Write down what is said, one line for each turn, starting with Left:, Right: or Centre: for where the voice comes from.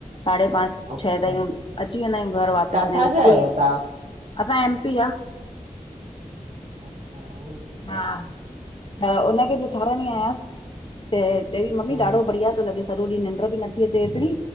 Left: साढ़े पांच
Right: अच्छा
Left: छह ताईं अची वेंदा आहियूं घर वापस,
Right: काथां
Left: हिनखे
Right: जा
Left: स्कूल,
Right: आहियो तव्हां?
Left: असां एम पी जा
Right: अच्छा हो बि
Left: हा, त हुनखे बि उथारणी आहियां, त चयईं मम्मी
Right: हम्म
Left: ॾाढो बढ़िया थो लॻेस सॼो ॾींहुं निंड बि न थी अचे ऐतरी,